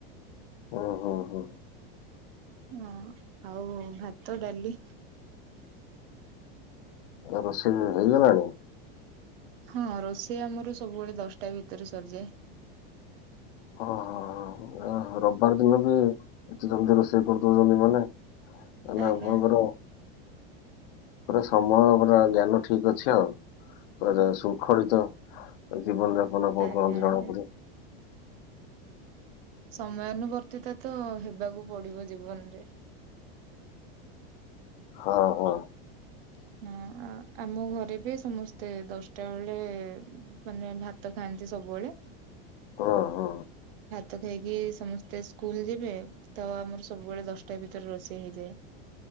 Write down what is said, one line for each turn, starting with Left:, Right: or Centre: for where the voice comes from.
Left: ହୁଁ ହୁଁ ହୁଁ।
Right: ହଁ ଆଉ ଭାତ ଡାଲି
Left: ଆଉ ରୋଷେଇ ହେଇଗଲାଣି?
Right: ହଁ ରୋଷେଇ ଆମର ସବୁବେଳେ ଦଶଟା ଭିତରେ ସରିଯାଏ।
Left: ଓହୋ ରବିବାର ଦିନ ବି ଏତେ ଜଲଦି ରୋଷେଇ କରିଦଉଚନ୍ତି ମାନେ ଏଇନା
Right: ଆଜ୍ଞା
Left: ଆପଣଙ୍କର ପୁରା ସମୟ ପୁରା ଜ୍ଞାନ ଠିକ ଅଛି ଆଉ। ପୁରା ସ ଶୃଙ୍ଖଳିତ ଜୀବନ ଯାପନ ଆପଣ
Right: ଆଜ୍ଞା
Left: କରନ୍ତି ଜଣାପଡେ।
Right: ଆଜ୍ଞା ସମୟାନୁବର୍ତ୍ତିତ ତ ହେବାକୁ ପଡିବ ଜୀବନରେ। <inaudible>
Left: ହଁ ହଁ।
Right: ହଁ ଆ ଆମ ଘରେ ବି ସମସ୍ତେ ଦଶଟା ବେଳେ ମାନେ ଭାତ ଖାଆନ୍ତି। ଏଠି ସବୁବେଳେ।
Left: ହଁ ହଁ।
Right: ତ ଖାଇକି ସମସ୍ତେ ସ୍କୁଲ ଯିବେ ତ ଆମର ସବୁବେଳେ ଦଶଟା ଭିତରେ ରୋଷେଇ ହେଇଯାଏ।